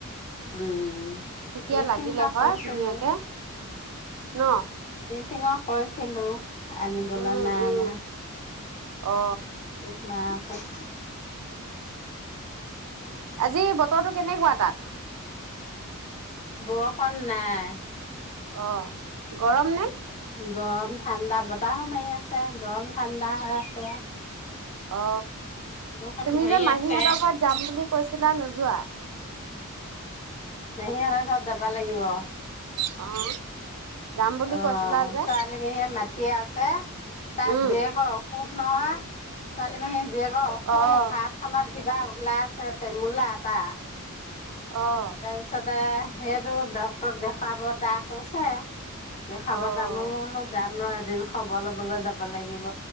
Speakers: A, on the left (about 30°); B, on the right (about 90°).
A: উম
B: তেতিয়া
A: ব্লিচিং
B: লাগিলে
A: পাউদাৰ
B: হয়
A: কৰিছিলো
B: ধুনীয়াকে ন
A: সিঙক কৈছিলো আনিবলৈ
B: উম
A: নাই
B: উম
A: অনা
B: অ
A: পোক মৰা ঔষধ
B: আজি বতৰটো কেনেকুৱা তাত
A: বৰষুণ নাই
B: অ গৰম নে
A: গৰম ঠাণ্ডা বতাহো মাৰি আছে গৰম ঠাণ্ডা হৈ আছে
B: অ
A: বৰষুণ
B: তুমি
A: ধৰি
B: যে মাহীহঁতৰ
A: আছে
B: ঘৰত যাম বুলি কৈছিলা নোযো যোৱা
A: মাহীহঁতৰ ঘৰত যাবা লাগিব। অ',
B: অ' যাম বুলি
A: ছোৱালী
B: কৈছিলা যে
A: পেহীয়ে মাটিয়ে আ পে তাক
B: উম
A: যে ক মোক নহয় ছোৱালী মাহীয়ে জীয়েকৰ অসুখ,
B: অ'
A: হাত খনত কিবা ওলাইছে, তেমূলা এটা
B: অ'।
A: তাৰপিছতে সেইটো ডক্টৰক দেখুৱাব, তাই কৈছে। দেখাব
B: অ'
A: যাম, নমলো যাম ৰ এদি এদিন খবৰ ল'বলৈ যাব লাগিব।